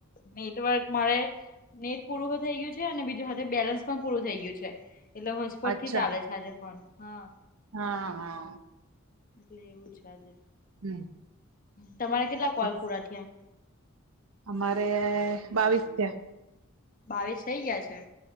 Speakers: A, on the left; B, on the right.
A: નેટવર્ક મળે નેટ પૂરું થઇ ગયું છે અને બીજું હાથે બેલેન્સ પણ પૂરું થઇ ગયું છે. એટલે હોસ્પટ
B: અચ્છા
A: થી ચાલે છે આજે પણ હા.
B: હા હા.
A: એટલે એવું છે આજે
B: હમ
A: તમારે કેટલા
B: બાકી
A: કોલ પૂરા થયા.
B: અમારે બાવીસ થયા.
A: બાવીસ થઈ ગયા છે